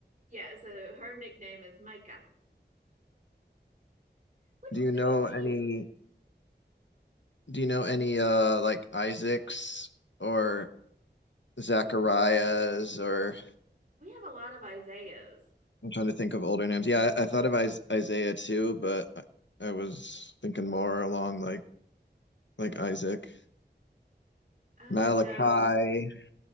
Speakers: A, on the right; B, on the left.
A: Yeah, so her nickname is Micah, which
B: Do
A: is
B: you
A: very
B: know any?
A: cute.
B: Do you know any uh like Isaacs or Zacharias or
A: We have a lot of Isaiahs.
B: I'm trying to think of older names. Yeah, I I thought of Is- Isaiah too, but I I was thinking more along like like Isaac,
A: Oh
B: Malachi.
A: no,